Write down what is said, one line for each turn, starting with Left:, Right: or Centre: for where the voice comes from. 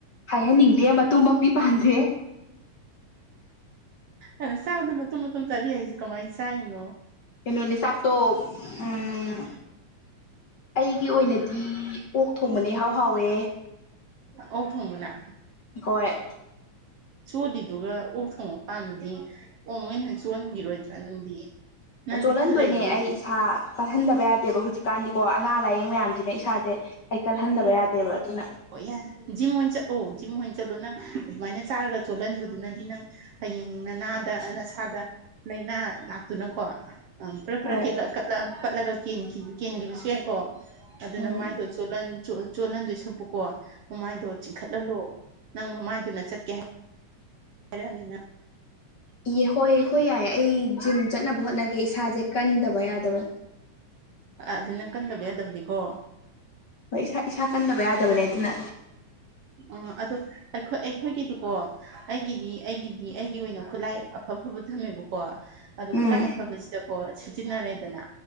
Left: ꯍꯥꯏꯍꯟꯅꯤꯡꯗꯦ ꯃꯇꯨꯡꯃꯛꯇꯤ ꯄꯥꯟꯗꯦ
Right: ꯑꯗꯣ ꯆꯥꯕꯗꯣ ꯃꯇꯨꯝ ꯃꯇꯨꯝ ꯆꯥꯕꯤ ꯍꯥꯏꯁꯦ ꯀꯃꯥꯏꯅ ꯆꯥꯔꯤꯅꯣ
Left: ꯀꯩꯅꯣꯅꯤ ꯆꯥꯛꯇꯣ ꯎꯝ ꯑꯩꯒꯤ ꯑꯣꯏꯅꯗꯤ ꯑꯣꯛ ꯊꯣꯡꯕꯅ ꯏꯍꯥꯎ ꯍꯥꯎꯋꯦ
Right: ꯑꯣꯛ ꯊꯣꯡꯕꯅꯥ
Left: ꯍꯣꯏ
Right: ꯁꯣꯂꯤꯗꯨꯒ ꯑꯣꯛ ꯊꯣꯡ ꯄꯥꯝꯃꯗꯤ ꯑꯣ ꯃꯣꯏꯅ ꯆꯣꯟꯒꯤꯔꯣꯏꯗ꯭ꯔꯥ ꯅꯪꯗꯤ ꯅꯪꯗꯤ
Left: ꯆꯣꯜꯍꯟꯗꯣꯏꯅꯦ
Right: ꯈꯔ ꯂꯩꯔꯗꯤ
Left: ꯑꯩ ꯏꯁꯥ ꯀꯜꯍꯟꯗꯕ ꯌꯥꯗꯦꯕ ꯍꯧꯖꯤꯛꯀꯥꯟꯗꯤꯀꯣ ꯑꯅꯥ ꯂꯥꯏꯌꯦꯡ ꯃꯌꯥꯝꯖꯤꯅ ꯏꯁꯥꯖꯦ ꯑꯩꯩ ꯀꯜꯍꯟꯗꯕ ꯌꯥꯗꯦꯕ ꯑꯗꯨꯅ
Right: ꯑꯣ ꯌꯥꯟ ꯖꯤꯝ ꯑꯣꯏꯅ ꯆꯠꯂꯣ ꯖꯤꯝ ꯑꯣꯏꯅ ꯆꯠꯂꯣ ꯅꯪ ꯑꯗꯨꯃꯥꯏꯅ ꯆꯥꯔꯒ ꯆꯣꯜꯍꯟꯕꯗꯨꯅꯗꯤ ꯅꯪ ꯍꯌꯦꯡ ꯅꯅꯥꯗ ꯅꯁꯥꯗ ꯂꯥꯏꯅꯥ ꯂꯥ ꯑꯗꯨꯅꯀꯣ ꯄꯔꯞ ꯄꯔꯞ
Left: ꯍꯣꯏ
Right: ꯀꯠꯂꯒ ꯄꯠꯂꯒ ꯀꯦꯟꯈꯤ ꯀꯦꯟꯒꯤꯕꯁꯨ ꯌꯥꯏꯀꯣ ꯑꯗꯨꯅ
Left: ꯎꯝ
Right: ꯃꯥꯏꯗꯣ ꯆꯣꯠꯂꯟ ꯆꯣꯠꯍꯟꯗꯣꯏ ꯁꯔꯨꯛꯄꯨꯀꯣ ꯃꯃꯥꯏꯗꯣ ꯆꯤꯡꯈꯠꯍꯜꯂꯣ ꯅꯪ ꯃꯃꯥꯏꯗꯨꯅ ꯆꯠꯀꯦ ꯍꯥꯏ ꯍꯥꯏꯔꯅꯤ ꯅꯪ
Left: ꯏꯌꯦ ꯍꯣꯏ ꯍꯣꯏ ꯌꯥꯏꯌꯦ ꯑꯩ ꯖꯤꯝ ꯆꯠꯅꯕ ꯍꯣꯠꯅꯒꯦ ꯏꯁꯥꯖꯦ ꯀꯟꯗꯕ ꯌꯥꯗꯕ
Right: ꯑꯗꯨ ꯅꯪ ꯀꯟꯗꯕ ꯌꯥꯗꯕꯅꯤꯀꯣ
Left: ꯍꯣꯏ ꯏꯁꯥ ꯏꯁꯥ ꯀꯟꯗꯕ ꯌꯥꯗꯕꯅꯦ ꯑꯗꯨꯅ
Right: ꯑꯥ ꯑꯗꯣ ꯑꯩꯈꯣꯏ ꯑꯩꯈꯣꯏꯒꯤꯗꯤꯀꯣ ꯑꯩꯒꯤꯗꯤ ꯑꯩꯒꯤꯗꯤ ꯑꯩꯒꯤ ꯑꯣꯏꯅ ꯈꯨꯠꯂꯥꯏ ꯑꯐꯥ ꯐꯕ ꯊꯝꯃꯦꯕꯀꯣ ꯀꯣ ꯑꯗꯣ
Left: ꯎꯝ
Right: ꯈꯨꯠꯂꯥꯏ ꯑꯐꯕꯁꯤꯗꯀꯣ ꯁꯤꯖꯤꯟꯅꯔꯦꯗꯅ